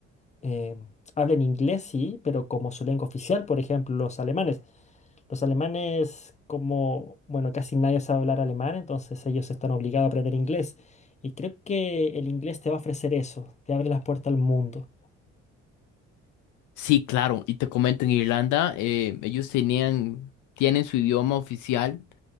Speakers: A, on the left; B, on the left.
A: eh, hablan inglés, sí, pero como su lengua oficial, por ejemplo, los alemanes. Los alemanes, como, bueno, casi nadie sabe hablar alemán, entonces ellos están obligados a aprender inglés. Y creo que el inglés te va a ofrecer eso, te abre las puertas al mundo.
B: Sí, claro, y te comento, en Irlanda eh, ellos tenían, tienen su idioma oficial,